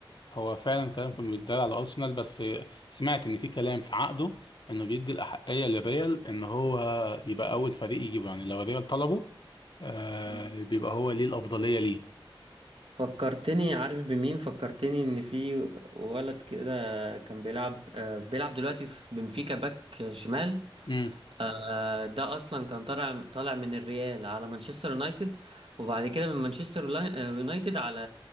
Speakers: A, on the left; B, on the right.
A: هو فعلا كلام كان بيتدار على ارسنال بس سمعت ان في كلام في عقده انه بيدي الاحقيه للريال ان هو يبقى اول فريق يجيبه يعني لو الريال طلبه آه
B: مم.
A: بيبقى هو ليه الافضليه ليه
B: فكرتني عارف بمين فكرتني إن في ولد كده كان بيلعب آه، بيلعب دلوقتي في بنفيكا باك شمال
A: امم
B: آه، ده اصلا كان طالع طالع من الريال على مانشستر يونايتد وبعد كده من مانشستر يولا- يونايتد على